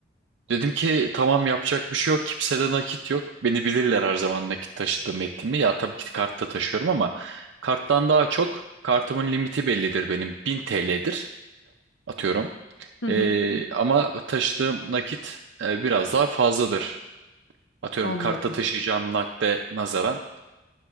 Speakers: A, on the right; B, on the left.
A: Dedim ki tamam yapacak bir şey yok. Kimsede nakit yok. Beni bilirler her zaman nakit taşıdığımı ettiğimi. Ya tabii ki kart da taşıyorum ama karttan daha çok kartımın limiti bellidir benim. 1000 TL'dir atıyorum.
B: Hı hı,
A: E, ama taşıdığım nakit e, biraz daha fazladır. Atıyorum
B: anladım.
A: kartta taşıyacağım nakde nazaran